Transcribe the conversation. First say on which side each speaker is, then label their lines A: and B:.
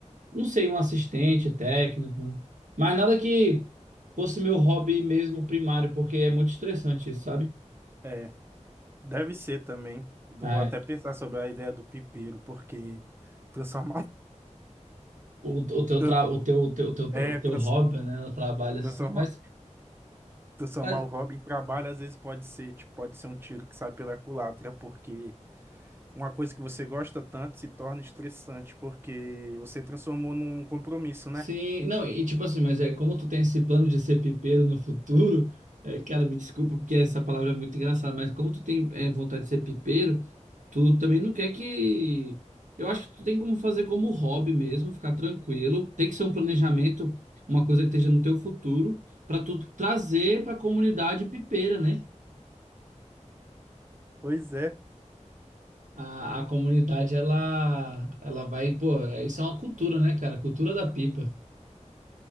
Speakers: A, on the right; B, on the right.
A: não sei, um assistente técnico, mas nada que fosse meu hobby mesmo primário, porque é muito estressante isso, sabe?
B: É, deve ser também. Eu
A: É,
B: vou até pensar sobre a ideia do pipeiro, porque transformar
A: o, o teu
B: Tra-
A: tra, o teu, o teu, o teu, o
B: É, trans-
A: teu hobby, né? O trabalho
B: transformar,
A: assim. Mas,
B: transformar
A: mas
B: o hobby em trabalho às vezes pode ser, tipo, pode ser um tiro que sai pela culatra, porque uma coisa que você gosta tanto se torna estressante, porque você transformou num compromisso, né?
A: Sim, não, e tipo assim, mas é como tu tem esse plano de ser pipeiro no futuro, <laughs> é, cara, me desculpa porque essa palavra é muito engraçada, mas como tu tem é, vontade de ser pipeiro, tu também não quer que. Eu acho que tu tem como fazer como hobby mesmo, ficar tranquilo. Tem que ser um planejamento, uma coisa que esteja no teu futuro, pra tu trazer pra comunidade pipeira, né?
B: Pois é,
A: A, a comunidade, ela, ela vai, pô, isso é uma cultura, né, cara? Cultura da pipa.